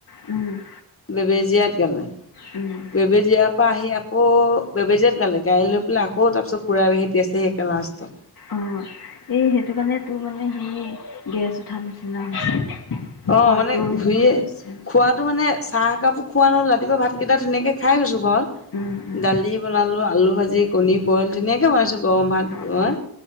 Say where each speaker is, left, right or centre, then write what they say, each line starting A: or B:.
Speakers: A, on the left (about 60°); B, on the left (about 35°).
A: উম,
B: বেবেজীয়াত গালে।
A: উম,
B: বেবেজীয়াৰ পৰা আহি আকৌ বেবেজীয়াত গালে গাড়ী লৈ পেলাই আকৌ তাৰপিছত পুৰাবাহি পাইছে সেই লাষ্টত।
A: অ' এই সেইটো কাৰণে তোৰ মানে সে গেছ উঠা নি চিনা হৈছে।
B: অ
A: খোৱাটো
B: মানে
A: হেৰি
B: ঘূৰিয়ে
A: হৈ গৈছে।
B: খোৱাটো মানে চাহ একাপ খোৱা নহল ৰাতিপুৱা ভাতকেইটা ধুনিয়াকে খাই গৈছোঁ ঘৰত।
A: উম উম
B: দালি বনালো আলু ভাজি, কণী বইল, ধুনীয়াকে বনাইছো গৰম ভাত
A: অঁ
B: মই